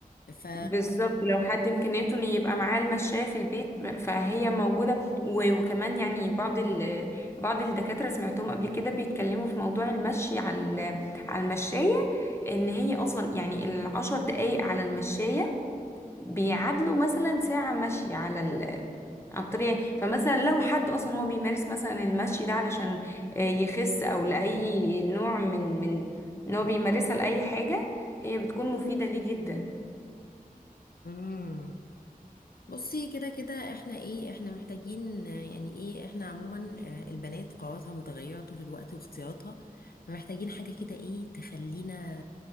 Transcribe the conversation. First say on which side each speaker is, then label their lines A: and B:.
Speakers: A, on the left (about 80°); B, on the left (about 15°).
A: ف
B: بالظبط لو حد امكانياته ان يبقى معاه المشاية في البيت م- فهي موجودة و- وكمان يعني بعض ال... بعض الدكاترة سمعتهم قبل كده بيتكلموا في موضوع المشي على ال- على المشاية ان هي اصلا يعني العشر دقايق على المشاية بيعادلوا مثلا ساعة مشي على على الطريق فمثلا لو حد اصلا هو بيمارس مثلا المشي ده علشان آه، يخس او لاي نوع من من ان هو بيمارسها لاي حاجه هي بتكون مفيده ليه جدا
A: امم بصي كده كده احنا ايه احنا محتاجين آه، يعني ايه احنا عموما آه، البنات قواتها متغيرة طول الوقت واختياراتها فمحتاجين حاجة كده ايه تخلينا